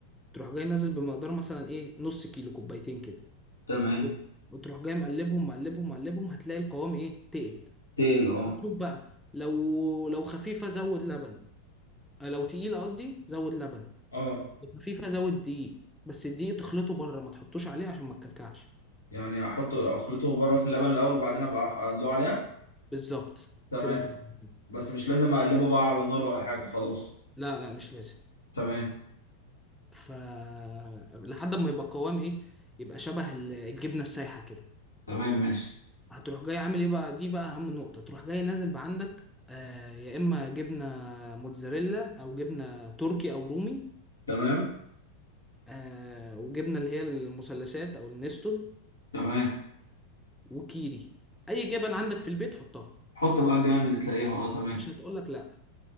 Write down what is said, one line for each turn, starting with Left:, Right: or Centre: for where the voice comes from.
Centre: تروح جاي نازل بمقدار مثلا ايه نص كيلو كوبايتين كده
Left: تمام
Centre: وت- وتروح جاي مقلبهم مقلبهم مقلبهم هتلاقي القوام ايه تقل
Left: تقل اه
Centre: شوف بقى لو لو خفيفة زود لبن آه، لو تقيلة قصدي زود لبن
Left: اه
Centre: لو خفيفة زود دقيق بس الدقيق تخلطه بره ما تحطوش عليه عشان ما تكلكعش
Left: يعني احط اخلطه بره في اللبن الاول وبعدين ابقى ادلوه عليها
Centre: بالظبط
Left: تمام
Centre: كده انت فاهم
Left: بس مش لازم اقلبه بقى على نار ولا حاجه خلاص
Centre: لا لا مش لازم
Left: تمام
Centre: ف لحد ما يبقى قوام ايه يبقى شبه ال- الجبنة السايحة كده
Left: تمام ماشي
Centre: هتروح جاي عامل ايه بقى دي بقى اهم نقطة تروح جاي نازل بعندك آه يا اما جبنة موتزاريلا او جبنة تركي او رومي
Left: تمام
Centre: آه وجبنة اللي هي المثلثات او النستون
Left: تمام
Centre: وكيري اي جبن عندك في البيت حطها
Left: حط بقى الجبن اللي تلاقيها اه تمام
Centre: مش هتقولك لا